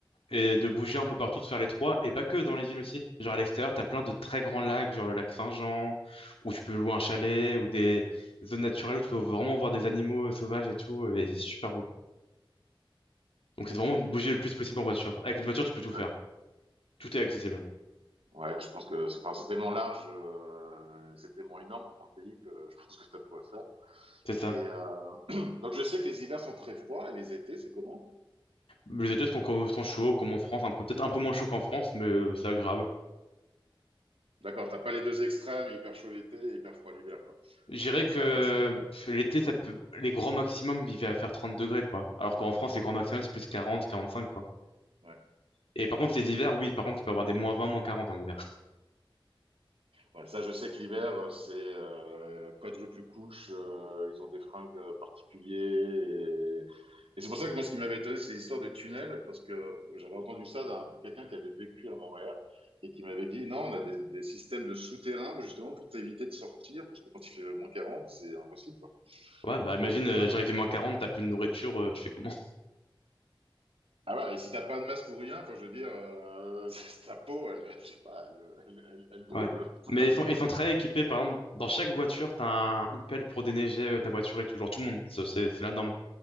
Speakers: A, on the left (about 85°); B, on the right (about 85°).
A: et de bouger un peu partout, de faire les trois, et pas que dans les îles aussi. Genre, à l'extérieur, t'as plein de très grands lacs, genre le lac Saint-Jean, où tu peux louer un chalet, ou des zones naturelles où tu peux vraiment voir des animaux sauvages et tout, et c'est super beau. Donc, c'est
B: OK.
A: vraiment de bouger le plus possible en voiture. Avec une voiture, tu peux tout
B: Ouais,
A: faire. Tout est accessible.
B: ouais, je pense que c'est enfin, c'est tellement large, euh, c'est tellement énorme comme pays que je pense que tu as de quoi faire.
A: C'est ça.
B: Et euh, donc, je sais que les hivers sont très froids et les étés, c'est comment?
A: Les études sont, co- sont chauds, comme en France, un peu, peut-être un peu moins chaud qu'en France, mais euh, c'est agréable.
B: D'accord, t'as pas les deux extrêmes, hyper chaud l'été et hyper froid l'hiver, quoi.
A: Je
B: C'est,
A: dirais que
B: ça reste. euh,
A: pff, l'été, ça peut... les grands maximums, il va faire 30 degrés, quoi. Alors qu'en France, les grands maximums, c'est plus quarante quarante-cinq quoi.
B: ouais.
A: Et par contre, les hivers, oui, par contre, tu peux avoir des moins 20 moins 40 en hiver.
B: Ouais, ça, je sais que l'hiver, euh, c'est euh, quadruple couche. euh, ils ont des fringues euh, particuliers Et c'est pour ça que moi, ce qui m'avait étonné, c'est l'histoire de tunnel, parce que j'avais entendu ça d'un quelqu'un qui avait vécu à Montréal et qui m'avait dit non, on a des, des systèmes de souterrains justement pour t'éviter de sortir, parce que quand il fait moins 40, c'est impossible. Quoi.
A: <laughs> Ouais, bah imagine,
B: Donc, euh,
A: euh, genre, il fait moins 40 t'as plus de nourriture, euh, tu fais comment?
B: ah ouais, et si t'as pas de masque ou rien, enfin, je veux dire, euh, <laughs> ta peau, elle, je sais pas, elle, elle, elle- elle brûle.
A: Ouais.
B: <laughs>
A: Mais
B: Enfin,
A: ils sont,
B: je veux dire,
A: ils sont
B: euh,
A: très équipés, par exemple, dans chaque voiture, t'as un, une pelle pour déneiger euh, ta voiture et tout, genre tout le monde, ça, c'est c'est la norme.